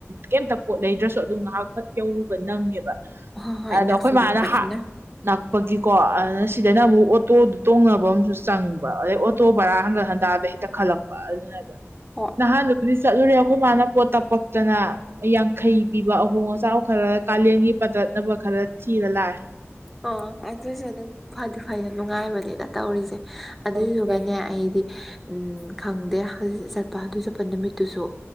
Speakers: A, on the right (about 55°); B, in the centre.
A: ꯀꯩꯝꯇ ꯄꯣꯠ ꯂꯩꯗ꯭ꯔꯁꯨ ꯑꯗꯨꯝ ꯉꯥꯍꯥꯛꯐꯠ ꯌꯧꯔꯨꯕ ꯅꯪꯉꯦꯕ
B: ꯍꯣꯏ ꯍꯣꯏ
A: ꯑꯗ
B: ꯅꯛꯁꯨ
A: ꯑꯈꯣꯏ ꯃꯥꯅ
B: ꯅꯛꯄꯅꯤꯅ
A: ꯍ ꯅꯛꯄꯒꯤꯀꯣ ꯑꯗꯨꯅ ꯁꯤꯗꯅ ꯑꯃꯨꯛ ꯑꯣꯇꯣꯗꯨ ꯇꯣꯡꯅꯕ ꯑꯝꯁꯨ ꯆꯪꯕ ꯑꯗꯩ ꯑꯣꯇꯣ ꯕꯔꯥ ꯍꯟꯒꯠ ꯍꯟꯗꯥꯗ ꯍꯦ ꯇꯛꯈꯠꯂꯛꯄ ꯑꯗꯨꯅꯦꯕ
B: ꯍꯣꯏ
A: ꯅꯍꯥꯟꯗꯨꯕꯨꯗꯤ ꯆꯠꯂꯨꯔꯦ ꯑꯈꯣꯏ ꯃꯥꯅ ꯄꯣꯠ ꯇꯞ ꯄꯛꯇꯅ ꯌꯥꯡꯈꯩ ꯄꯤꯕ ꯑꯍꯣꯡ ꯑꯆꯥꯎ ꯈꯔ ꯀꯥꯂꯦꯟꯒꯤ ꯄꯗꯠ ꯅꯕ ꯈꯔ ꯊꯤꯔ ꯂꯥꯛꯑꯦ
B: ꯑ ꯑꯗꯨꯁꯨ ꯑꯗꯨꯝ ꯐꯗꯤ ꯐꯩꯗ ꯅꯨꯡꯉꯥꯏꯕꯅꯤꯗ ꯇꯧꯔꯤꯁꯦ
A: ꯂꯥꯛꯑꯦ
B: ꯑꯗꯨꯏꯗꯨꯒꯅꯦ ꯑꯩꯗꯤ ꯎꯝ ꯈꯪꯗꯦ ꯆꯠꯄ ꯑꯗꯨ ꯆꯠꯄ ꯅꯨꯃꯤꯠꯇꯨꯁꯨ